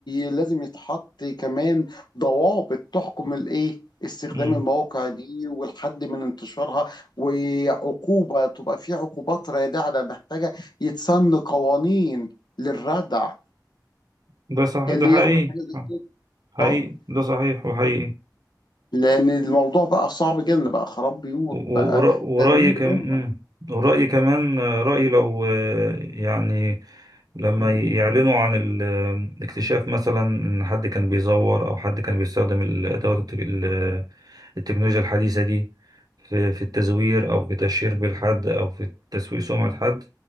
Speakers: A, on the left; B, on the right.
A: ولازم يتحط كمان ضوابط تحكم الإيه استخدام
B: مم.
A: المواقع دي والحد من انتشارها وعقوبة تبقى في عقوبات رادعة ده محتاجة يتسن قوانين للردع
B: ده صح
A: اللي
B: ده حقيقي
A: يعمل حاجة زي كده
B: حقيقي
A: اه
B: ده صحيح وحقيقي
A: لأن الموضوع بقى صعب جدا بقى خراب بيوت
B: و-
A: بقى
B: ور- ورأيي
A: تدمير
B: كمان
A: أمة
B: ورأيي كمان آه، رأيي لو آه، يعني لما يعلنوا عن الاكتشاف مثلا ان حد كان بيزور او حد كان بيستخدم الادوات التك- ال- آه، التكنولوجيا الحديثة دي في في التزوير او في تشهير بالحد او في تسويق سمعة حد